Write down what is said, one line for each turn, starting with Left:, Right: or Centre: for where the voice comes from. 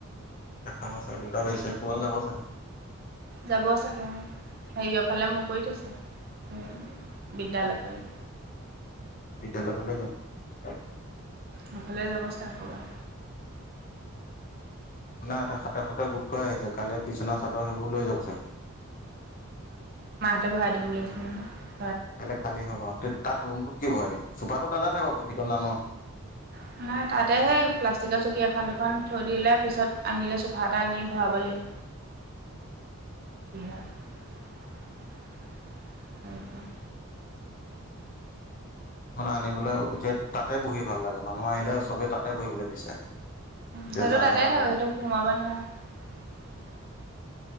Left: খাম ছাৰ দুটা বেছে খবাল যাব ছাৰ
Right: যাব চাগে হেৰিয়ৰফালে মোৰ কৰি থৈছে। বিদ্্যালয় ফালে
Left: বিদ্যালয়ৰ ফালে যাওঁ।
Right: সফালে যাবচোন আক'বাৰ
Left: <unintelligible> হাতে সোতে গোট খুৱাই আহিছে কাইলৈ বিছনা চাদৰ সেইবোৰ লৈ যাব চাগে।
Right: তাতে ভৰাই দিম বুলি কৈছে <unintelligible>
Left: কাইলৈ খালি হ'ব তাত ৰুমটোত কি ভৰাই দিম চোফাটো তাতে থাকক ভিতৰলৈ নানো আৰু
Right: <unintelligible> তাতে সেই প্লাষ্টিকৰ চকী এখন দুখন থৈ দিলে পিছত আনিলে চোফা এটা আনি ভৰাব লাগিব <inaudible>
Left: <unintelligible> <unintelligible>
Right: হয়
Left: আনিবলৈও এতিয়া তাতে বহি ভাল লাগে মানুহ আহিলে চবেই তাতে বহিবলৈ বিচাৰে
Right: সেইটো
Left: এই যা
Right: তাতে
Left: যাতা
Right: থাকক
Left: কমে
Right: সেইটো সোমোৱাব <unintelligible> <inaudible>